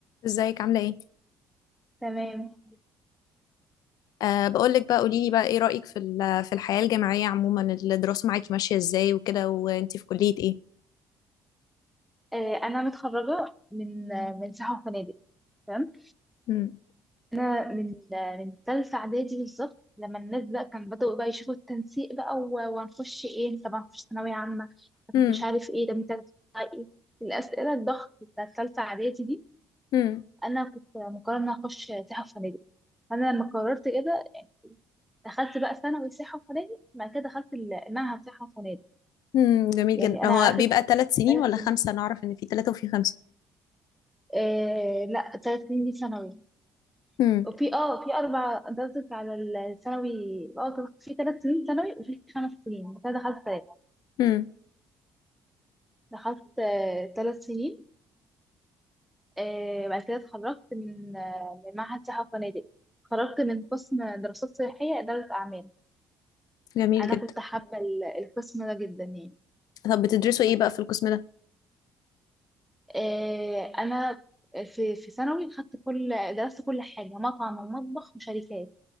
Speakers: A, on the left (about 70°); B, in the centre.
A: ازيك عاملة ايه؟
B: تمام
A: أه بقول لك بقى قولي لي بقى ايه رأيك في ال- في الحياة الجامعية عموما الدراسة معاكي ماشية ازاي وكده وانتي في كلية ايه؟
B: آه، انا متخرجه من آه، من سياحه وفنادق تمام
A: مم.
B: انا من آه، من ثالثه اعدادي بالظبط لما الناس بقى كان بدأوا بقى يشوفوا التنسيق بقى و- وهنخش ايه طب هنخش ثانويه عامه طب
A: مم.
B: مش عارف ايه طب انت هتطلع ايه الاسئله الضغط بتاع ثالثه اعدادي دي
A: مم.
B: انا كنت مقرره ان أنا اخش سياحه وفنادق فانا لما قررت كده دخلت بقى ثانوي سياحة وفنادق بعد كده دخلت المعهد سياحة وفنادق
A: مم. جميل
B: يعني
A: جدا
B: أنا
A: هو
B: قعدت
A: بيبقى ثلاث سنين
B: ثلاث
A: ولا
B: سنين
A: خمسة؟ أنا أعرف إن في ثلاثة وفي خمسة
B: آه لا ثلاث سنين دي ثانوي
A: مم.
B: وفي اه في اربع انت قصدك على الثانوي اه في ثلاث سنين ثانوي وفي خمس سنين بس انا دخلت ثلاث
A: مم.
B: دخلت آه، ثلاث سنين آه، بعد كده اتخرجت من آه، من معهد سياحة وفنادق اتخرجت من قسم دراسات سياحية إدارة أعمال
A: جميل
B: أنا
A: جدا
B: كنت حابة ال- القسم ده جدا يعني
A: طب بتدرسوا ايه بقى في القسم ده؟
B: آه، أنا في في ثانوي خدت كل درست كل حاجة مطعم ومطبخ وشركات